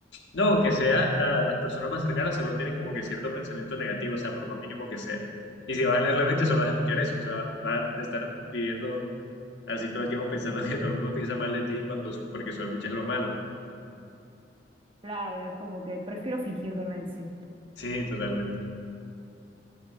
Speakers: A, on the left (about 80°); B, on the right (about 30°).
A: No, aunque sea, la- las personas más cercanas seguro tienen como que cierto pensamiento negativo, o sea, por más mínimo que sea. Y si vas a leer la mente, solo vas a escuchar eso, o sea, vas a estar viviendo así todo el tiempo pensando <laughs> que todo el mundo piensa mal de ti cuando, porque solo escuchas lo malo.
B: Claro, es como que prefiero fingir demencia.
A: Sí, totalmente.